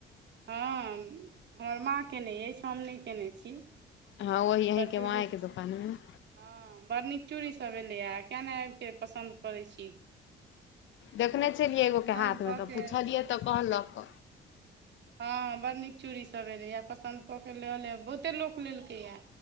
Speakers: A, on the right; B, on the left.
A: हँ हमर माँ केयने अइछ, हम नहि कयने छी।
B: हँ वही यहींके
A: तऽ चूड़ी
B: माॅंएके दोकान में।
A: हँ बड़ नीक चूड़ीसभ एलैए है, केिया नहि आबिक के पसन्द करै छी
B: देखने छलियै एगो
A: पसन्द
B: के हाथ
A: कऽ
B: में, तऽ
A: के
B: पूछलियै तऽ कहलक।
A: हँ बड़ड नीक चूड़ी सब एलेए है, पसन्द कऽ के लऽ लेब बहुते लोक लेलकै है,